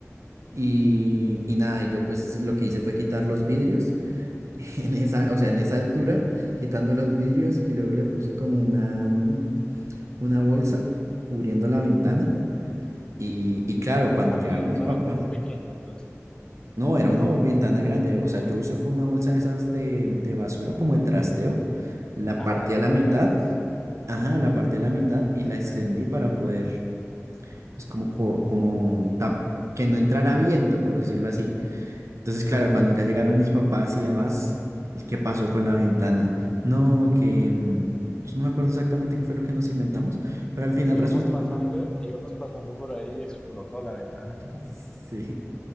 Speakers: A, on the right; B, on the left.
A: Y, y nada, y yo pues sí, lo que hice fue quitar los vidrios, <laughs> en esa, o sea, en esa altura, quitando los vidrios y luego le puse como una, mm, una bolsa cubriendo la ventana. Y, y claro, cuando
B: Ah,
A: llegaron
B: pero era
A: mis
B: una
A: papás,
B: ventana pequeña, entonces.
A: no, era una bol- ventana grande, o sea, yo usé fue una bolsa de esas de, de basura, como de trasteo, la
B: Ah,
A: partí
B: esas
A: a la mitad,
B: gigantes.
A: ajá, la partí a la mitad y la extendí para poder, pues como, co- como tap- que no entrara viento, por decirlo así. Entonces, claro, cuando ya llegaron mis papás y demás, ¿qué pasó con la ventana? No, que mm, yo no me acuerdo exactamente qué fue lo que nos inventamos, pero al final
B: Íbamos
A: resultó
B: pasando,
A: como,
B: íbamos pasando por ahí y explotó la ventana. <laughs>
A: <laughs> sí,